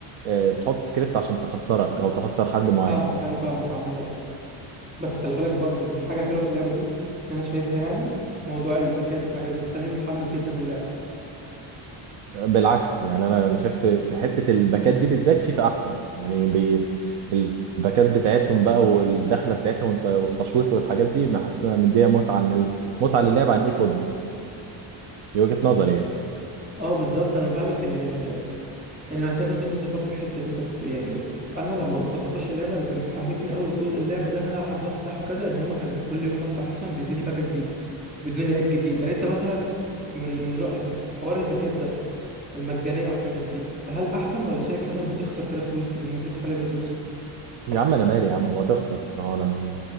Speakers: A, on the right; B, on the right.
A: آه، بتحط سكريبت عشان تخسرك او تخسر حد معين
B: فاهمك انا فاهمك عامه بس خلي بالك برضو من الحاجه الحلوه في اللعبه دي ان انا شايفها يعني موضوع الباكات والحاجات دي بتخليني متحمس جدا للعبه
A: بالعكس يعني انا انا شايف في في حته الباكات دي بالذات فيفا احسن يعني بي الباكات بتاعتهم بقى والدخله بتاعتها وانت والتشويق والحاجات دي بحسها مديها متعه عن ال- متعه للعب عن اي فوتبول دي وجهه نظري يعني
B: اه بالظبط انا فاهمك ان ان ان محتاج وجهة نظرك برضو في الحته دي بس يعني انا لما كنت اخش اللعبه اللي كان بيحمسني اول جزء اللعبه ده إن انا العب وافتح وكذا ان هما كان كل يوم بفتح مثلا بيدوني باكه جديده بيدوني لعيب جديد يعني انت مثلا من من رايك مثلا حوار الباكات ده المجانيه والحاجات دي هل احسن ولا الشركه مثلا بتخسر كده فلوس المفروض تخليها بفلوس
A: يا عم انا مالي يا عم ما تخسر هو انا